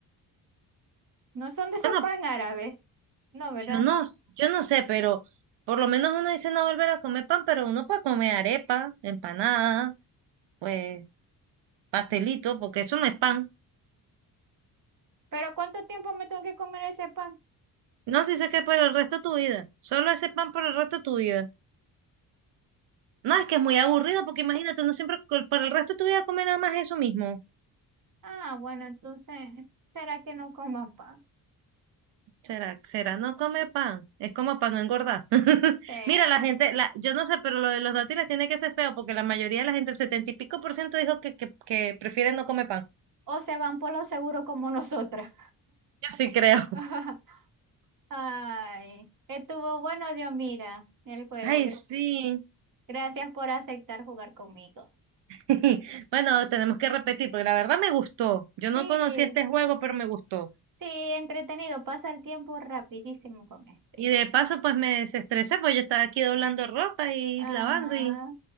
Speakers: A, on the right; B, on the right.
A: No son de
B: Bueno,
A: esos pan árabes. No, ¿verdad?
B: yo no, s- yo no sé, pero por lo menos uno dice no volver a comer pan, pero uno puede comer arepa, empanada, pues pastelito, porque eso no es pan.
A: Pero ¿cuánto tiempo me tengo que comer ese pan?
B: No dice que por el resto de tu vida. Solo ese pan por el resto de tu vida. No, es que es muy aburrido, porque imagínate, uno siempre co- por el resto de tu vida comer nada más eso mismo.
A: Ah, bueno, entonces, ¿será que no coman pan?
B: ¿Será, será no come pan? Es como para no engordar. <laughs>
A: Eh,
B: Mira, la gente, la, yo no sé, pero lo de los dátiles tiene que ser feo porque la mayoría de la gente, el setenta y pico por ciento, dijo que, que, que prefiere no comer pan. <laughs>
A: O se van por lo seguro como nosotras.
B: Yo sí creo.
A: <laughs> Ay, estuvo bueno, Dios, mira, el juego.
B: Ay,
A: Gra-
B: sí.
A: Gracias por aceptar jugar conmigo.
B: <laughs> Bueno, tenemos que repetir porque la verdad me gustó. Yo no
A: Sí,
B: conocía este juego, pero me gustó.
A: sí, entretenido. Pasa el tiempo rapidísimo con este.
B: Y de paso, pues me desestresé, pues yo estaba aquí doblando ropa y
A: Ajá.
B: lavando y...